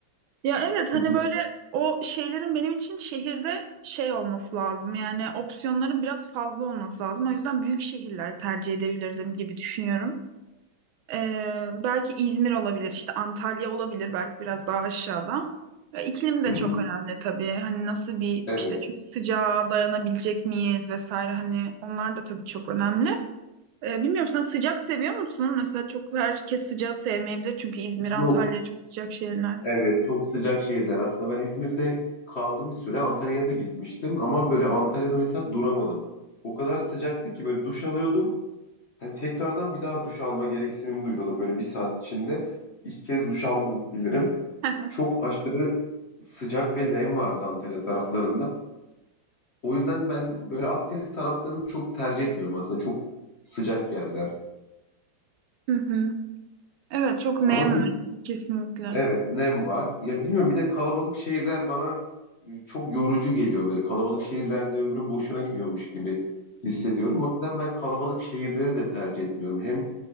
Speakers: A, on the right; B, on the left.
A: Ya evet hani
B: Hı hı,
A: böyle o şeylerin benim için şehirde şey olması lazım. Yani opsiyonların biraz fazla olması lazım. O yüzden büyük şehirler tercih edebilirdim gibi düşünüyorum. Ee, belki İzmir olabilir, işte Antalya olabilir belki biraz daha aşağıda. Ya, iklim
B: hı
A: de
B: hı.
A: çok önemli tabii. Hani nasıl bir
B: Evet.
A: işte çok sıcağa dayanabilecek miyiz vesaire hani onlar da tabii çok önemli. Ee, bilmiyorum sen sıcak seviyor musun? Mesela çok herkes sıcağı sevmeyebilir çünkü İzmir, Antalya
B: Yok.
A: çok sıcak şehirler.
B: Evet çok sıcak şehirler. Aslında ben İzmir'de kaldım bir süre. Antalya'ya da gitmiştim ama böyle Antalya'da mesela duramadım. O kadar sıcaktı ki böyle duş alıyordum. Hani tekrardan bir daha duş alma gereksinimi duyuyordum böyle bir saat içinde. İlk kez duş aldığımı bilirim.
A: <laughs>
B: Çok aşırı sıcak ve nem vardı Antalya taraflarında. O yüzden ben böyle Akdeniz taraflarını çok tercih etmiyorum aslında. Çok sıcak yerler.
A: Hı hı. Evet çok
B: Ama
A: nem var
B: bir
A: kesinlikle.
B: Evet, nem var. Ya bilmiyorum bir de kalabalık şehirler bana e, çok yorucu geliyor böyle. Kalabalık şehirlerde ömrüm boşuna gidiyormuş gibi hissediyorum. O yüzden ben kalabalık şehirleri de tercih etmiyorum. Hem